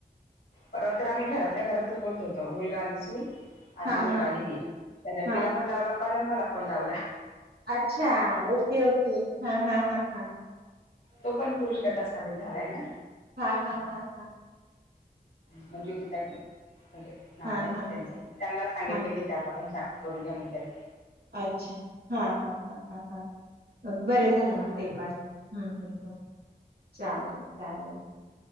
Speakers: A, on the left (about 85°); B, on the right (about 75°).
A: परवा तर आम्ही घरातल्या घरातच बोलत होतो, मुलगा आणि सून. आणि
B: हा
A: मुलगा
B: हा
A: आणि मी. त्याने
B: हा
A: तिला पण लावला कॉल अन मला पण लावला.
B: अच्छा ओके ओके हा
A: हां,
B: हा हा हा
A: तो पण पुरुष गटास आं वेळ झालाय ना?
B: हां-हां-हां-हां
A: मल ज्योती ताई <unintelligible> त्यांच
B: हा हा हा
A: त्यांना सांगितलं
B: हा
A: की त्याला पण सांग. करून घ्या मन्त्याही.
B: अच्छा, हां-हां-हां-हां-हां बरं
A: हां,
B: झालं म ते पण. हम्-हम्-हम्, चालेल चालेल.